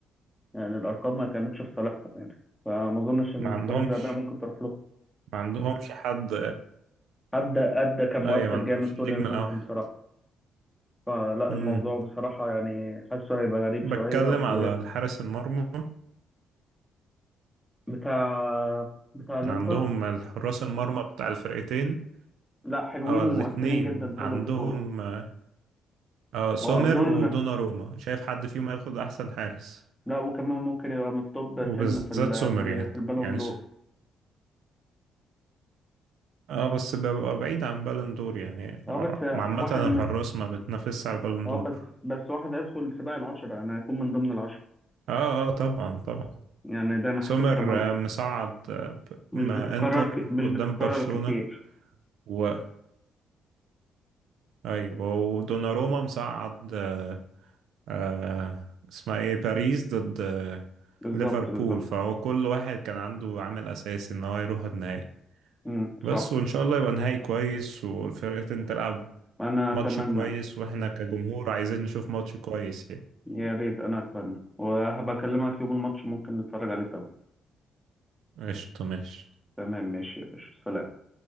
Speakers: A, in the centre; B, on the right (about 75°).
A: يعني الأرقام ما كانتش في صالحهم يعني فما أظنش إن
B: ما عندهمش
A: الكرة الذهبية ممكن تروح له
B: ما عندهمش حد
A: أدى أدى كان مؤثر
B: أي ما عندهمش
A: جامد طول
B: النجم
A: الموسم
B: الأوحد
A: بصراحة فلا
B: مم.
A: الموضوع بصراحة يعني حاسه هيبقى غريب
B: بتكلم
A: شوية وريسك
B: على الحارس المرمى
A: بتاع بتاع الإنتر
B: عندهم الحراس المرمى بتاع الفرقتين
A: لا حلوين
B: اه
A: ومؤثرين
B: الاتنين
A: جدا
B: عندهم
A: طول البطولة
B: اه آه، سومر
A: وأظن
B: ودوناروما شايف حد فيهم هياخد احسن حارس
A: لا وكمان ممكن يبقى من التوب 10
B: وبالذات
A: في ال
B: سومر
A: في ال
B: يعني
A: في البالون
B: يعني
A: دور
B: س- اه بس ببقى بعيد عن بالون دور يعني
A: اه
B: آه،
A: بس
B: عامة
A: واحد
B: الحراس
A: م...
B: ما بتنافسش على البالون
A: اه
B: دور
A: بس بس واحد هيدخل سباق العشرة انا هيكون من ضمن العشرة
B: اه اه طبعا طبعا
A: يعني ده انا
B: سومر
A: حاسسها م-
B: آه، مصعد آه، ب-
A: مش
B: ما
A: بتتكرر
B: انتر
A: ك... مش
B: قدام
A: بتتكرر
B: برشلونة
A: كتير
B: و ايوه ودوناروما مصعد اه، آه اسمها ايه باريس ضد آه
A: بالظبط
B: ليفربول
A: بالظبط
B: فهو كل واحد كان عنده عامل اساسي ان هو يروح النهائي
A: امم
B: بس
A: صح
B: وان شاء الله يبقى نهائي كويس والفرقتين تلعب
A: انا
B: ماتش
A: اتمنى
B: كويس واحنا كجمهور عايزين نشوف ماتش كويس يعني
A: يا ريت انا اتمنى وهبكلمك يوم الماتش ممكن نتفرج عليه سوا
B: قشطة ماشي
A: تمام ماشي يا باشا سلام